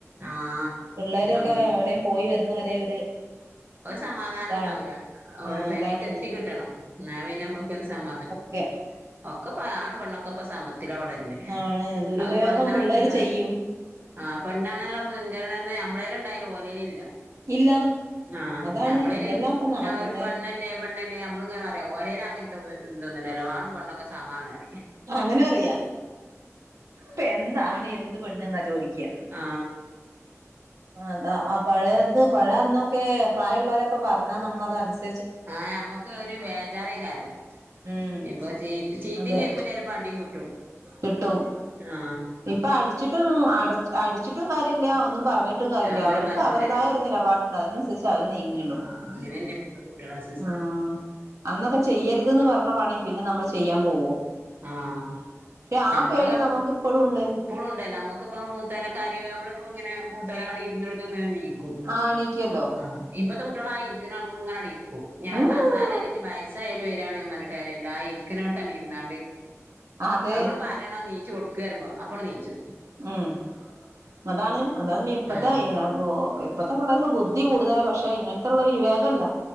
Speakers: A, on the right; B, on the right.
A: ആഹ്
B: പിള്ളേരൊക്കെ
A: നമ്മള്
B: എവിടെയും പോയി വരുന്ന വരെ ഒരു
A: ഒരു സമാധാനം
B: ഇതാണ്
A: ഉണ്ടാവൂല അവര്
B: ആഹ്
A: പെരീക്ക്
B: അതാണെന്ന്
A: എത്തി കിട്ടണം എന്നാ പിന്നെ നമുക്ക് ഒരു സമാധാനം
B: കെ
A: ഒക്കെ ഇപ്പൊ ആണും പെണ്ണൊക്കെ ഇപ്പ സമത്തിലാ വളര്ണെ
B: ആണ് ദുരുപയോഗം
A: അത് പെണ്ണാണ്ന്ന്ള്ള
B: പിള്ളേര് ചെയ്യും
A: ആഹ് പെണ്ണാണെന്നുള്ള മുൻകണന നമ്മളേല് ഇണ്ടായാലും ഓലേല് ഇല്ല
B: ഇല്ല
A: ആ
B: അതാണ്
A: ഞമ്മളില്
B: എന്തെല്ലാം ഇപ്പ നടക്കുന്നേ
A: ഒരു പെണ്ണല്ലേ പെണ്ണല്ലേ നമ്മള് ഇങ്ങനെ പറിം ഓലേയില് അങ്ങനത്തെ ഇതൊന്നും ഇല്ലല്ലോ ആണും പെണ്ണൊക്കെ സമാണ് പറിം
B: അങ്ങനെ പറിയ ഇപ്പൊ എന്ത് ആണ് എന്ത് പെണ് എന്നാ ചോദിക്കാ
A: ആ
B: ആ അതാ ആ പഴയത് പഴെ അന്നൊക്കെ പ്രായുള്ളവരൊക്കെ പറഞ്ഞാ നമ്മളതനുസരി
A: ആഹ് നമ്മക്ക് ഒരു വേജാറയ്കാരം
B: ഉം
A: ഇപ്പൊ ചീ ചീത്തയും
B: അതെ
A: കേക്കും ചെൽപം അടിം കിട്ടും
B: കിട്ടും
A: ആ
B: ഇപ്പൊ അടിച്ചിട്ടും അടിച്ചിട്ടും കാര്യമില്ല ഒന്നും പറഞ്ഞിട്ടും കാര്യമില്ല
A: അതൊന്നും
B: അവർക്ക്
A: പറഞ്ഞിട്ടും
B: അവരുതായ
A: കാര്യല്ല
B: ക്കൊരു നിലപാട്ണ്ട് അതിനന്സര്ച്ചെ അവര് നീങ്ങേള്ളൂ
A: ആഹ് അങ്ങനെന്നെ ഇപ്പത്തെ കുട്ടികളെ സിസ്റ്റം
B: ആഹാ അന്നൊക്കെ ചെയ്യര്ത് പറഞ്ഞ പണി പിന്നെ നമ്മള് ചെയ്യാം പോവോ?
A: ആഹ്
B: പക്ഷെ ആ
A: ഞമ്മളൊക്കെ
B: പേടി നമുക്ക് ഇപ്പോഴും ഇണ്ട്
A: ഇപ്പോഴും ഉണ്ടല്ലോ നമുക്ക്‌പ്പോ മൂത്തലൊക്കെ ആരെയ്ലും നമ്മളിപ്പോ ഇങ്ങനെ മൂത്തോല് കണ്ടാ ഇരുന്നോട്ത് ന്ന് എണീക്കും
B: ആ എണീക്കല്ലോ
A: ആ ഇപ്പത്തെ കുട്ടികളായിര്ക്ണങ്ങനെണ്ട് ഇരിക്കും
B: ഉം
A: കസാലേല് ഞ് ബയസ് വരിയാണെങ്കി പറഞ്ഞിട്ട് കാര്യല്ലാ ഇരിക്ക്‌ണോട്ത്താണ്ട് ഇര്ന്നാണ്ട്
B: അതെ
A: നമ്മള് പ യണം നീച്ചു കൊടുക്ക് പറിമ്പോ അപ്പോ ആണ്ട് നീച്ചും
B: ഉം അതാണ് അതാണ് ഇപ്പത്തെ
A: ആഹ്
B: ഇപ്പത്തെ പിള്ളേർക്ക് ബുദ്ധി കൂട്തലാ പക്ഷെ ഇങ്ങൻത്തെള്ള വിവേകല്ല.